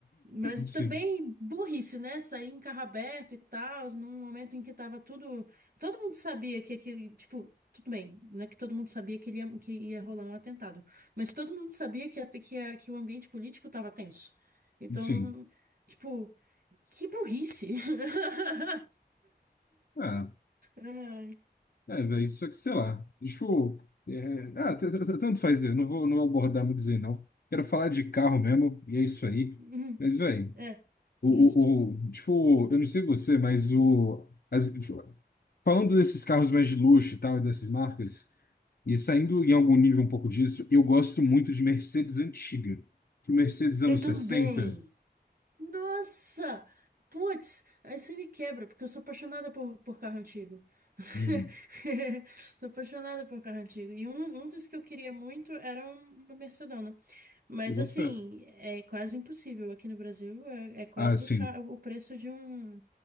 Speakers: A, on the right (about 60°); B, on the left (about 65°).
A: mas
B: <laughs> Sim,
A: também burrice, né? Sair em carro aberto e tal, num momento em que tava tudo, todo mundo sabia que aquele, tipo, tudo bem, não é que todo mundo sabia que, ele ia, que ia rolar um atentado, mas todo mundo sabia que, até que, a- que o ambiente político tava tenso. Então,
B: sim.
A: tipo, que burrice. <laughs>
B: Ah,
A: Ai.
B: é, velho, só que sei lá. Tipo, é, ah, t- t- t- tanto faz, eu não vou, não vou abordar muito dizer não. Quero falar de carro mesmo, e é isso aí.
A: Uhum.
B: Mas, velho,
A: É,
B: o,
A: justo.
B: o, o- tipo, eu não sei você, mas o. As, tipo, falando desses carros mais de luxo e tal, e dessas marcas, e saindo em algum nível um pouco disso, eu gosto muito de Mercedes antiga. Tipo, Mercedes anos
A: Eu também.
B: sessenta
A: Nossa! Putz, aí você me quebra, porque eu sou apaixonada por, por carro antigo. <laughs>
B: Hum,
A: Sou apaixonada por carro antigo. E um, um dos que eu queria muito era um- uma Mercedona. Mas
B: eu boto
A: assim,
B: fé.
A: é quase impossível aqui no Brasil. É, é quase
B: Ah, sim.
A: o, ca- o preço de um.